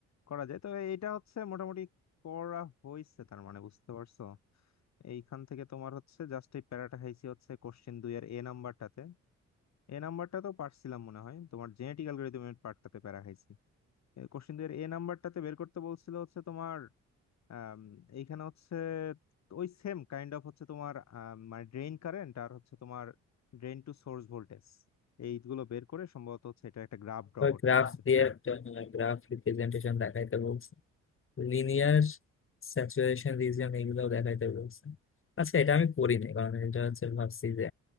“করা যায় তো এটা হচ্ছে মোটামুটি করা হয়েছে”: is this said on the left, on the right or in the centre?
Left